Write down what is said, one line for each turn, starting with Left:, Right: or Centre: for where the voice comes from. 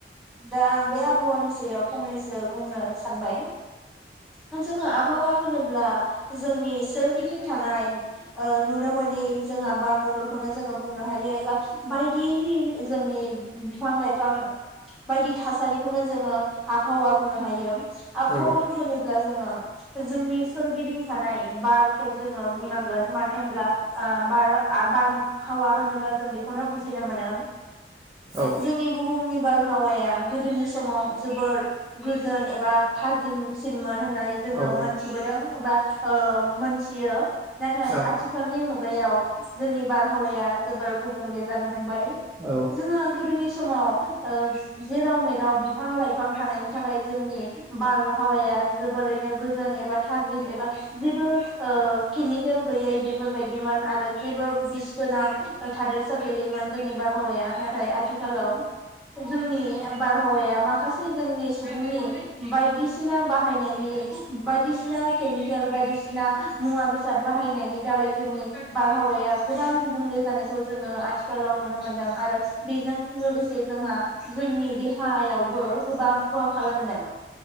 Centre: दा आं बे आ आबहावानि सायाव फंनैसो बुंनो सानबाय आ जोंङ <unintelligible> आबहावा होनोब्ला जोंनि सोरगिदिं थानाय ओ-नुनो मोनै जोंहा बार मण्डलखौनो जोङो बुंनो हायो एबा बायदि जोंनि बिफां लाइफां बायदि थासारिखौनो जोङो आबहावा बुंनो हायो। आबहावा।
Right: औ
Centre: होनोब्ला जोङो जोंनि सोरगिदिं थानाय बारखौ। जोङो बुंनां गोन माने होनोमब्ला ओ- बार आब-बारम हावा होनोब्ला जों बेखौनो बुजिनो मोनो।
Right: औ
Centre: जोंनि बुहुमनि बारहावाया गोदोनि। समाव। जोबोर गोजोन एबा थाजिम। सिनमोन होननानै जोङो
Right: औ औ
Centre: मोनथिबोदों एबा। ओ-मोनथियो। नाथाय
Right: औ
Centre: आथिखालनि मुग गायाव। जोंनि बारहावाया जोबोर। गबुंले जानो । हमबाय
Right: औ
Centre: जोङो गोदोनि। समाव ओ-जेराव मे बिफां लाइफां थानायनि थाखाय जोंनि बार। हावाया जोबोरैनो गोजोन एबा थाजिम एबा जेबो ओ- केमिकेल गैयै बेफोरबायदिमोन आरो जेबो बिस गोनां थादेरसा गैयैमोन जोंनि बारहावाया नाथाय आथिख खालाव जोंनि बारहावाया माखासे जोंनि। सुबुंनि बायदिसि सिना बाहायनायनि बायदिसि सिना केमिकेल बायदिसिना मुवा बेसाद बाहायनायनि दारै जोंनि बारहावाया गोबां गुबुंले जानायखौ। जोङो आथिखालाव। नुनो मोनदों आरो बेजों लोगोसे। से जोंहा । जोंनि देहायाव। बो गोबां खहा खालामदों।